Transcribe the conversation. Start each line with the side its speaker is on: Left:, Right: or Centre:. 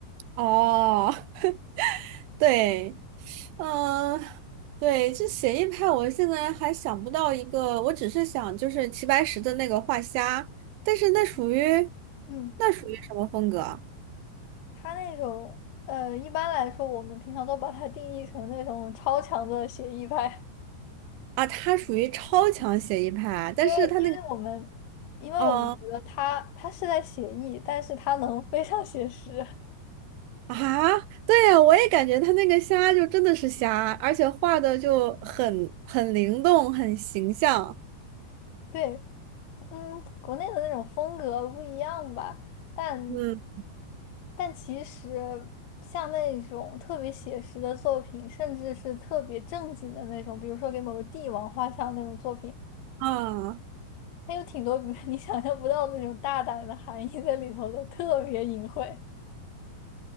Right: 哦，<laughs> 对。嗯，对，这写意派，我现在还想不到一个，我只是想就是齐白石的那个画虾，但是那属于
Left: <laughs> 嗯。
Right: 那属于什么风格啊？
Left: 他那种呃，一般来说，我们平常都把它定义成那种超强的写意派，
Right: 啊他属于超强写意派，
Left: <laughs>
Right: 但是他那个，
Left: 因为因为我们因为我们觉得他他是在写意，
Right: 呃，
Left: 但是他能非常写实。
Right: 啊，对，我也感觉他那个虾就真的是虾，而且画的就很很灵动，很形象。
Left: 对，嗯，国内的那种风格不一样吧，但
Right: 嗯
Left: 但其实像那种特别写实的作品，甚至是特别正经的那种，比如说给某个帝王画像那种作品。
Right: 啊，
Left: 它有挺多 <laughs> 你想象不到那种大胆的含义在里头的，特别隐晦。